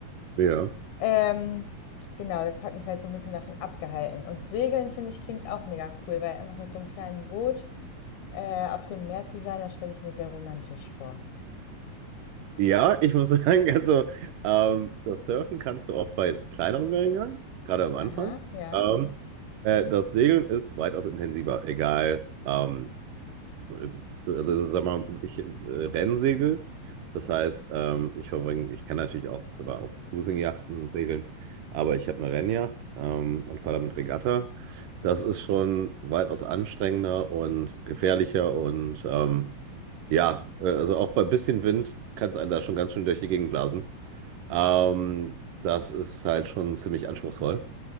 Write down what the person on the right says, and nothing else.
Ja.
Ja, ich muss <laughs> sagen, also ähm, das Surfen kannst du auch bei kleineren Wellengang, gerade am Anfang.
Ähm, äh, das Segeln ist weitaus intensiver, egal ähm, zu- Also, also, sag mal, ich äh, Rennsegel. Das heißt, ähm, ich verbringe, ich kann natürlich auch sogar auf Cruising-Yachten segeln, aber ich habe eine Rennjacht ähm, und fahre damit Regatta. Das ist schon weitaus anstrengender und gefährlicher und ähm, ja, äh, also auch bei bisschen Wind kann es einen da schon ganz schön durch die Gegend blasen. Ähm, das ist halt schon ziemlich anspruchsvoll.